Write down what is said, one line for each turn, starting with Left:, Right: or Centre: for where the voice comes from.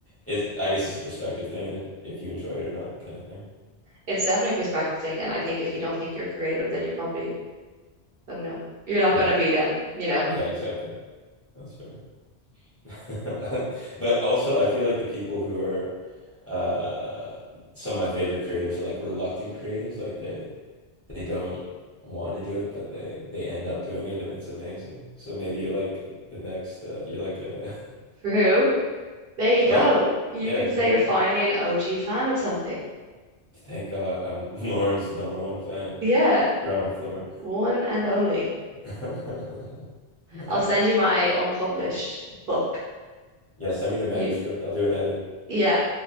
Left: it's I guess it's a perspective thing, and if if you enjoy it or not, kind of thing.
Right: it's definitely a perspective thing, and I think if you don't think you're creative, then you're probably I don't know, you're not
Left: Yeah,
Right: gonna be then, you know.
Left: yeah, exactly. That's fair. <laughs> But also, I feel like the people who are uh, some of my favorite creators are like reluctant creatives, like they they don't want to do it, but they they end up doing it, and it's amazing. So maybe you're like the next, uh, you're like a
Right: <laughs> True. There
Left: <laughs>
Right: you
Left: what?
Right: go. You
Left: Yeah,
Right: can
Left: exactly.
Right: say you're finally an OG fan of something.
Left: Thank God, I'm <laughs> Lauren's number one fan.
Right: Yeah,
Left: Ground floor.
Right: one and only.
Left: <laughs> Nice.
Right: I'll send you my unpublished book.
Left: Yeah, send me the manuscript.
Right: You,
Left: I'll do an edit.
Right: yeah,